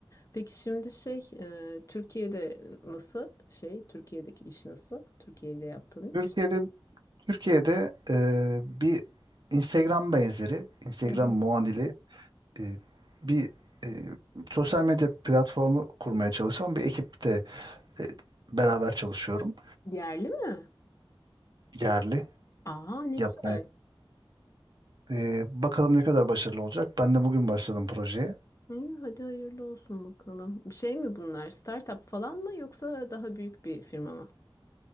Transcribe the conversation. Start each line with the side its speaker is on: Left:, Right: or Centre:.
Left: Peki şimdi şey e, Türkiye'de nasıl şey Türkiye'deki iş nasıl? Türkiye ile yaptığın
Right: Türkiye'de
Left: iş.
Right: Türkiye'de e, bir Instagram benzeri, Instagram
Left: Hı hı.
Right: muadili e, bir e, sosyal medya platformu kurmaya çalışan bir ekipte e, beraber çalışıyorum.
Left: Yerli mi?
Right: Yerli
Left: Aa ne
Right: yapmaya.
Left: güzel.
Right: E, bakalım ne kadar başarılı olacak. Ben de bugün başladım projeye.
Left: Hı, hadi hayırlı olsun bakalım. Şey mi bunlar startup falan mı yoksa daha büyük bir firma mı?